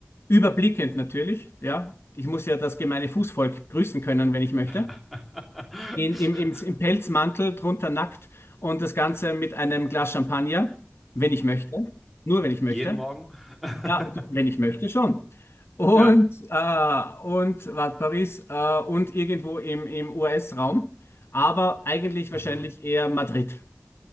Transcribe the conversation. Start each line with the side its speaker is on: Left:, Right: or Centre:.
Left: Überblickend natürlich, ja. Ich muss ja das gemeine Fußvolk grüßen können, wenn ich möchte.
Centre: <laughs>
Left: In, im, im, Im Pelzmantel, drunter nackt und das Ganze mit einem Glas Champagner, wenn ich möchte. Nur wenn ich möchte.
Centre: Jeden Morgen. <laughs>
Left: Ja, du, wenn ich möchte schon. Und,
Centre: Ja.
Left: äh, und warte, Paris äh, und irgendwo im, im US-Raum, aber eigentlich wahrscheinlich
Centre: Mhm.
Left: eher Madrid.